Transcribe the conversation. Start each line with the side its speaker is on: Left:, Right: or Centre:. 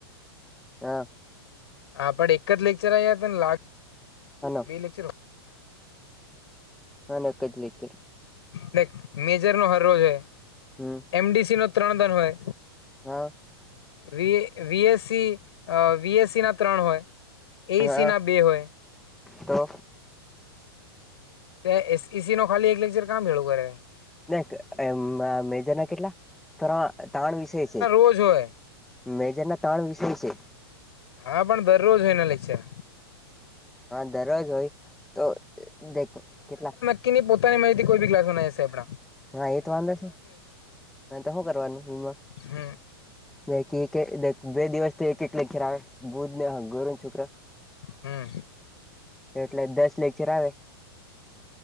Centre: હા.
Left: હા પણ એક જ લેક્ચર આયતા ને લાગ
Centre: હલો.
Left: બે લેક્ચર
Centre: હનો એક જ લેક્ચર
Left: હે મેજરનો હર રોજ હૈ.
Centre: હમ
Left: એમ ડી સી નો ત્રણ વાર હોય.
Centre: હા.
Left: વી વીએસસી, વીએસસી ના ત્રણ હોય એ એસી
Centre: હા
Left: ના બે હોય.
Centre: તો
Left: કે એસ એક લેક્ચર કામ ભેળું કરે.
Centre: ના એમ મેજર ના કેટલા ત ત્રણ વિષય છે.
Left: પૂજ હોય.
Centre: મેજરના ત્રણ વિષય છે.
Left: હા પણ દરરોજ હોઈ એના લેક્ચર.
Centre: હા દરરોજ હોય તો દેખ કેટલા
Left: કેની પોતાની મેહનત થી કોઈ બી ક્લાસમાં બનાવશે આપણા.
Centre: હા એ તો વાંધો છે. તો હું કરવાનું ઇમાં
Left: હમ
Centre: નય કી કે બે દિવસ તો એક એક લેક્ચર આવે બુધ ને ગુરુ છોકરા
Left: હમ
Centre: એટલે દસ લેક્ચર આવે.